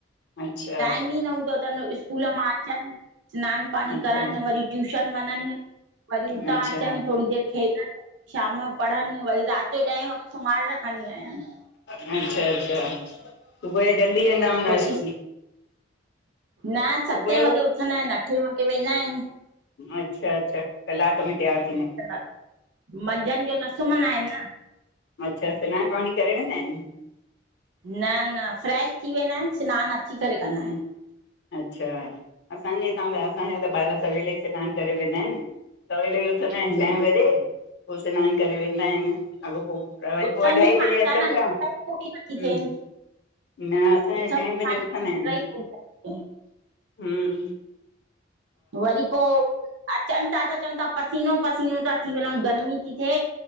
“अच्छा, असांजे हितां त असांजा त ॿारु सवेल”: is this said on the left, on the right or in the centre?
Left